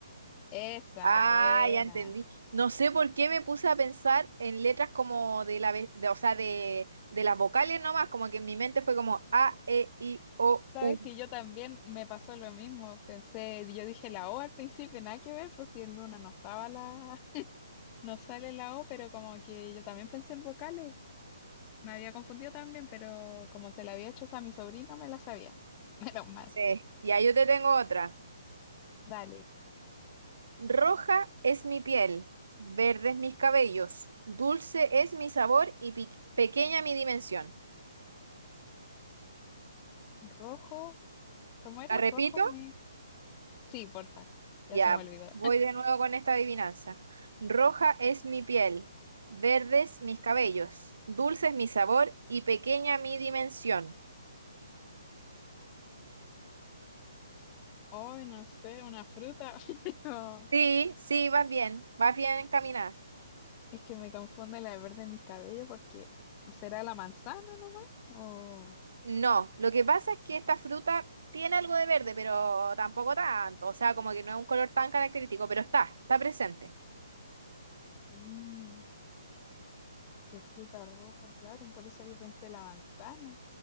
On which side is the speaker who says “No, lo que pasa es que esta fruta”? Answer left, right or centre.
Right